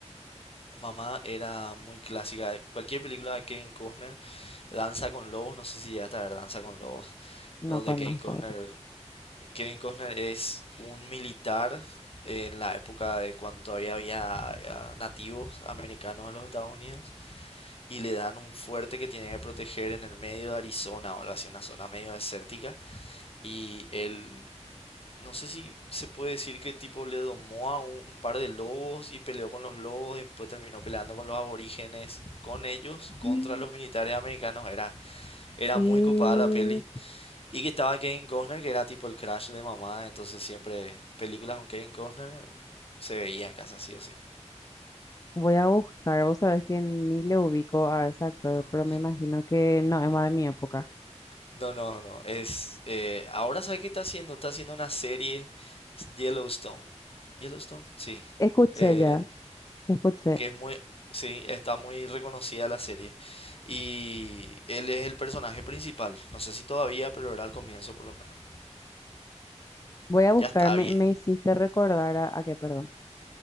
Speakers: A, on the left (about 55°); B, on the left (about 30°).
A: Mamá era muy clásica, cualquier película de Kevin Costner, Danza con Lobos, no sé si ya está Danza con Lobos,
B: No
A: donde
B: conozco.
A: Kevin Costner, Kevin Costner es un militar en la época de cuando todavía había eh, nativos americanos en los Estados Unidos y le dan un fuerte que tiene que proteger en el medio de Arizona o algo así, una zona medio desértica. Y él, no sé si se puede decir que tipo le domó a un, un par de lobos y peleó con los lobos y después terminó peleando con los aborígenes, con ellos, contra
B: re.
A: los militares americanos. Era, era
B: Y
A: muy copada la peli. Y que estaba Kevin Costner, que era tipo el crash de mamá, entonces siempre películas con Kevin Costner se veían casa sí o sí.
B: voy a buscar, vos sabés que ni le ubico a ese actor,
A: No,
B: pero me imagino que no es más de mi época.
A: No, no, no. Es, eh, ahora sabe qué está haciendo. Está haciendo una serie s- Yellowstone. Yellowstone, sí.
B: Escuché
A: Eh,
B: ya, escuché.
A: que es muy, sí, está muy reconocida la serie. Y él es el personaje principal. No sé si todavía, pero era al comienzo por lo menos.
B: Voy a buscar,
A: Ya está
B: me,
A: bien.
B: me hiciste recordar a, a qué, perdón.